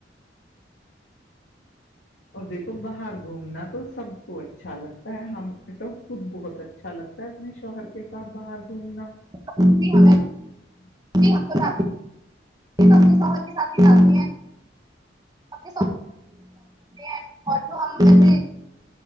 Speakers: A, on the left; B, on the right.
A: اور دیکھو باہر گھومنا تو سب کو اچھا لگتا ہے ہم تو خود بہت اچھا لگتا ہے اپنے شوہر کے ساتھ باہر گھومنا
B: <inaudible>
A: <unintelligible>
B: ی ہم تو اپنی سہت کے ساتھی سامنی ہیں س <unintelligible> ہیں اور ہم نہیں نہیں